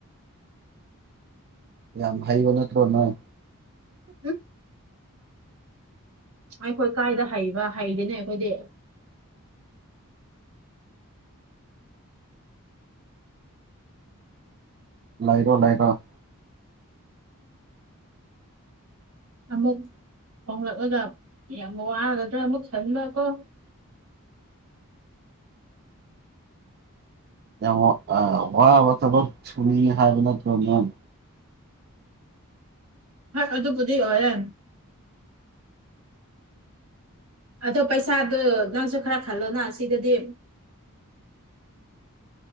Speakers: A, on the right; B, on the right.
A: ꯌꯥꯝ ꯍꯩꯕ ꯅꯠꯇ꯭ꯔꯣ ꯅꯣꯏ
B: <unintelligible> ꯑꯩꯈꯣꯏ ꯀꯥꯏꯗ ꯍꯩꯕ ꯍꯩꯗꯤꯅꯦ ꯑꯩꯈꯣꯏꯗꯤ
A: ꯂꯩꯔꯣ ꯂꯩꯔꯣ
B: ꯑꯃꯨꯛ ꯍꯣꯡꯂꯛꯂꯒ ꯌꯥꯝ ꯋꯥꯒꯗ꯭ꯔꯥ ꯑꯃꯨꯛ ꯈꯟꯕ ꯀꯣ
A: ꯌꯥꯝ ꯋꯥ ꯋꯥꯕ ꯊꯕꯛ ꯁꯨꯅꯤꯡꯉꯦ ꯍꯥꯏꯕ ꯅꯠꯇꯔꯣ ꯅꯪ
B: ꯍꯣꯏ ꯑꯗꯨꯕꯨꯗꯤ ꯑꯣꯏꯌꯦ ꯑꯗꯣ ꯄꯩꯁꯥꯗꯨ ꯅꯪꯁꯨ ꯈꯔ ꯈꯜꯂꯣꯅ ꯁꯤꯗꯗꯤ